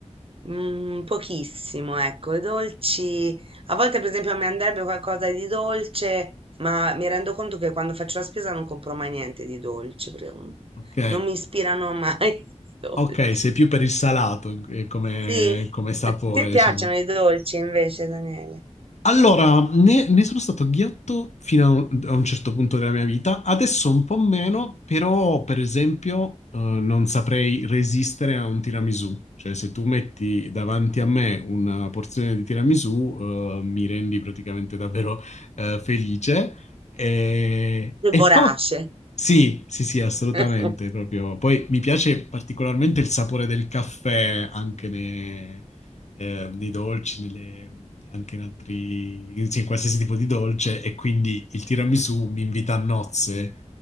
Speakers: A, on the right; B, on the left.
A: Mm, pochissimo, ecco. I dolci. A volte, per esempio, mi andrebbe qualcosa di dolce, ma mi rendo conto che quando faccio la spesa non compro mai niente di dolce, perché non
B: ok,
A: non mi ispirano mai <laughs> i dolci.
B: ok, sei più per il salato eh, come,
A: Sì,
B: come sapore,
A: a te piacciono
B: diciamo.
A: i dolci invece, Daniele?
B: Allora, ne, ne sono stato ghiotto fino a un, a un certo punto della mia vita, adesso un po' meno, però per esempio eh, non saprei resistere a un tiramisù, cioè se tu metti davanti a me una porzione di tiramisù eh, mi rendi praticamente davvero eh, felice e,
A: Sei
B: e
A: vorace.
B: poi sì, sì, sì, assolutamente,
A: <laughs>
B: proprio. Poi mi piace particolarmente il sapore del caffè anche ne- eh, nei dolci, nelle- anche in altri, sì, in sì, qualsiasi tipo di dolce, e quindi il tiramisù mi invita a nozze,